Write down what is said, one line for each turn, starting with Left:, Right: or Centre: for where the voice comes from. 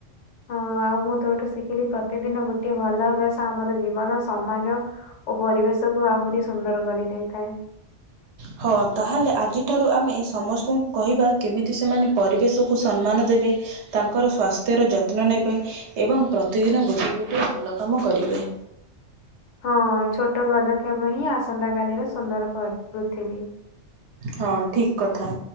Left: ହଁ ଆଉ ମୁଁ ତୋଠୁ ଶିଖିଲି ପ୍ରତିଦିନ ଗୋଟେ ଭଲ ଅଭ୍ୟାସ ଆମର ଜୀବନ ସମାଜ। ଓ ପରିବେଶକୁୁ ଆହୁରି ସୁନ୍ଦର କରି ଦେଇଥାଏ।
Right: ହଁ ତାହେଲେ ଆଜିଠାରୁ ଆମେ ଏ ସମସ୍ତଙ୍କୁ କହିବା କେମିତି ସେମାନେ ପରିବେଶକୁ ସନ୍ମାନ ଦେବେ। ତାଙ୍କର ସ୍ୱାସ୍ଥ୍ୟର ଯତ୍ନ ନେବେ ଏବଂ ପ୍ରତିଦିନ ଗୋଟିଏ ଗୋଟିଏ ଭଲ କାମ କରିବେ।
Left: ହଁ ଛୋଟ ପଦକ୍ଷେପ ହିଁ ଆସନ୍ତାକାଲିର ସୁନ୍ଦର ପ-ପୃଥିବୀ।
Right: ହଁ ଠିକ କଥା।